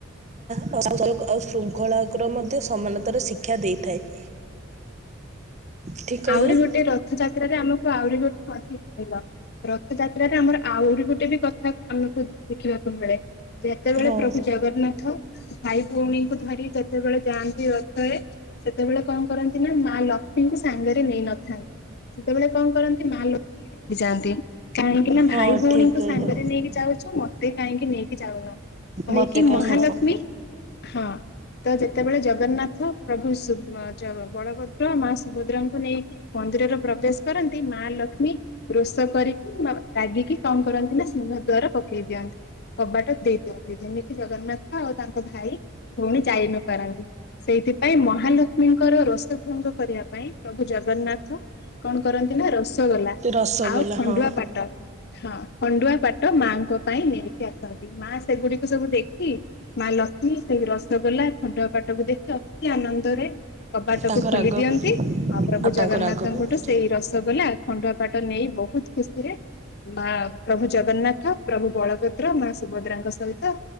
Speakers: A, on the right; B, on the left.
A: ନର୍ମତା ଶୃଙ୍ଖଳା ମଧ୍ୟ ସମାନତାର ଶିକ୍ଷା ଦେଇଥାଏ
B: ହୁଁ ହୁଁ
A: ଠିକ୍ କହିଲି
B: ଆହୁରି
A: ନା?
B: ଗୋଟେ ରଥଯାତ୍ରାରେ ଆମକୁ ଆହୁରି ଗୋଟେ ସଠିକ୍ କହିଲ ରଥଯାତ୍ରାରେ ଆମର ଆହୁରି ଗୋଟେ ବି କଥା ଆମକୁ ଶିଖିବାକୁ ମିଳେ ଯେତେବେଳେ
A: ହଁ
B: ପ୍ରଭୁଜଗନ୍ନାଥ ଭାଇ ଭଉଣୀଙ୍କୁ ଧରିକି ଯେତେବେଳେ ଯାଆନ୍ତି ରଥରେ ସେତେବେଳେ କଣ କରନ୍ତି ନା ମା ଲକ୍ଷ୍ମୀଙ୍କୁ ସାଙ୍ଗରେ ନେଇନଥାନ୍ତି ସେତେବେଳେ କଣ କରନ୍ତି ମା ଲକ୍ଷ୍ମୀ ରାଗିଯାଆନ୍ତି କାହିଁକି ନା
A: ହଁ
B: ଭାଇ ଭଉଣୀଙ୍କୁ
A: ଠିକ୍ କହିଲ
B: ସାଙ୍ଗରେ ନେଇକି ଯାଉଛ ମତେ କାହିଁକି ନେଇକି ଯାଉନ କହିକି
A: ମତେ କାହିଁ
B: ମହାଲକ୍ଷ୍ମୀ
A: ନୁହଁ
B: ହଁ ତ ଯେତେବେଳେ ଜଗନ୍ନାଥ ପ୍ରଭୁ ବଳଭଦ୍ର ମା ସୁଭଦ୍ରାଙ୍କୁ ନେଇକି ମନ୍ଦିରରେ ପ୍ରବେଶ କରନ୍ତି ମା ଲକ୍ଷ୍ମୀ ରୋଷ କରିକି ରାଗିକି କଣ କରନ୍ତି ନା ସିଂଙ୍ଗ ଦ୍ଵାର ପକେଇ ଦିଅନ୍ତି କବାଟ ଦେଇ ଦିଅନ୍ତି ଯେମିତି ଜଗନ୍ନାଥ ଆଉ ତାଙ୍କ ଭାଇ ଭଉଣୀ ଯାଇ ନ ପାରନ୍ତି ସେଇଥିପାଇଁ ମହାଲକ୍ଷ୍ମୀଙ୍କର ରୋସ ଭଙ୍ଗ କରିବା ପାଇଁ ପ୍ରଭୁ ଜଗନ୍ନାଥ କଣ କରନ୍ତି ନା ରସଗୋଲା
A: ରସଗୋଲା
B: ଆଉ ଖଣ୍ଡୁଆ
A: ହଁ
B: ପାଟ ହଁ ଖଣ୍ଡୁଆ ପାଟ ମାଙ୍କ ପାଇଁ ନେଇକି ଆସନ୍ତି ମା ସେଗୁଡିକୁ ସବୁ ଦେଖି ମା ଲକ୍ଷ୍ମୀ ସେ ରସଗୋଲା ଖଣ୍ଡୁଆ ପାଟକୁ ଦେଖି ଅତି ଆନନ୍ଦରେ କବାଟକୁ
A: ତାଙ୍କ
B: ଖୋଲି
A: ରାଗ
B: ଦିଅନ୍ତି
A: ବି
B: ଆଉ ପ୍ରଭୁ ଜଗନ୍ନାଥଙ୍କଠୁ
A: ତାଙ୍କ ରାଗ ବି
B: ସେଇ ରସଗୋଲା ଖଣ୍ଡୁଆ ପାଟ ନେଇ ବହୁତ ଖୁସିରେ ମା ପ୍ରଭୁ ଜଗନ୍ନାଥ ପ୍ରଭୁ ବଳଭଦ୍ର ମା ସୁଭଦ୍ରାଙ୍କ ସହିତ